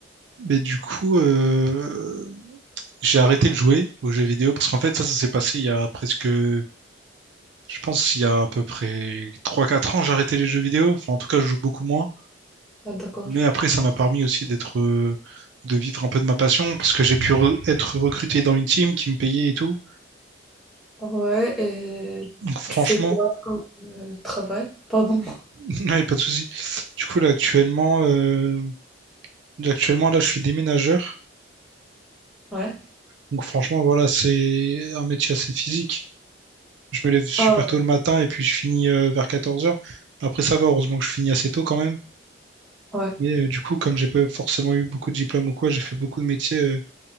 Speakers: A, on the right; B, in the centre.
A: mais du coup, euh, j'ai arrêté de jouer aux jeux vidéo parce qu'en fait, ça, ça s'est passé il y a presque, je pense, il y a à peu près trois quatre ans, j'ai arrêté les jeux vidéo. Enfin, en tout cas, je joue beaucoup moins.
B: Ah, d'accord.
A: Mais
B: je-
A: après, ça m'a permis aussi d'être, euh, de vivre un peu de ma passion parce que j'ai pu re- être recruté dans une team qui me payait et tout.
B: Ouais, et
A: Donc franchement,
B: tu fais quoi comme euh, travail? Pardon.
A: <laughs> il n'y a pas de souci. Du coup, là, actuellement, euh, actuellement, là, je suis déménageur.
B: Ouais.
A: Donc franchement, voilà, c'est un métier assez physique. Je me lève super
B: Ah ouais.
A: tôt le matin et puis je finis euh, vers 14 heures Après, ça va, heureusement que je finis assez tôt quand même.
B: Ouais.
A: Mais euh, du coup, comme j'ai pas forcément eu beaucoup de diplômes ou quoi, j'ai fait beaucoup de métiers, euh,